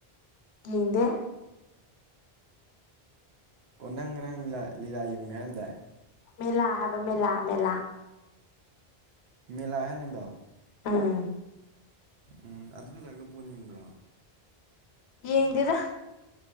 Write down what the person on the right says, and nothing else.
ꯑꯣ ꯅꯪ ꯅꯔꯪꯥ ꯂꯤꯂꯥ ꯌꯨꯡꯈ ꯍꯥꯏꯔꯝꯗꯥꯏ
ꯃꯦꯂꯥ ꯍꯥꯏꯔ ꯅꯪꯗꯣ
ꯎꯝ ꯑꯗꯨ ꯍꯜꯂꯛꯑꯒ ꯕꯣꯟ ꯌꯦꯡꯕ꯭ꯔꯣ